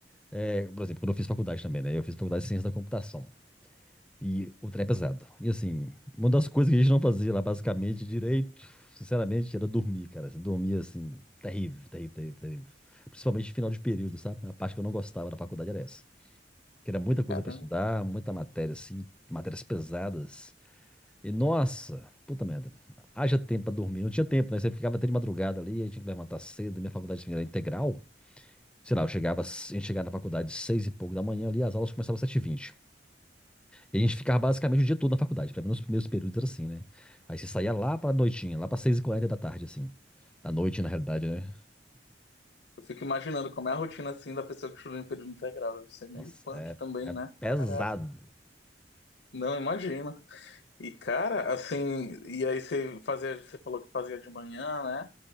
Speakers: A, in the centre; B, on the left.
A: É, por exemplo, quando eu fiz faculdade também, né? Eu fiz faculdade de ciência da computação. E o trem é pesado. E assim, uma das coisas que a gente não fazia lá, basicamente, direito, sinceramente, era dormir, cara. Você dormia assim, terrível, terrível, terrível, terrível. Principalmente no final de período, sabe? A parte que eu não gostava da faculdade era essa. Que era muita coisa
B: caramba,
A: pra estudar, muita matéria, assim, matérias pesadas. E nossa, puta merda. Haja tempo pra dormir. Não tinha tempo, né? Você ficava até de madrugada ali, aí tinha que levantar cedo. Minha faculdade assim, era integral. Sei lá, eu chegava, a gente chegava na faculdade seis e pouco da manhã ali, as aulas começavam às sete e vinte. E a gente ficava basicamente o dia todo na faculdade, pelo menos nos primeiros períodos era assim, né? Aí você saía lá pra noitinha, lá pra seis e quarenta da tarde, assim. Da noite, na realidade, né?
B: eu fico imaginando como é a rotina assim da pessoa que estuda em período integral. Deve ser meio
A: Nossa,
B: punk
A: é,
B: também,
A: é
B: né?
A: pesado.
B: Caraca, não imagino. E cara, assim, e aí você fazia, você falou que fazia de manhã, né?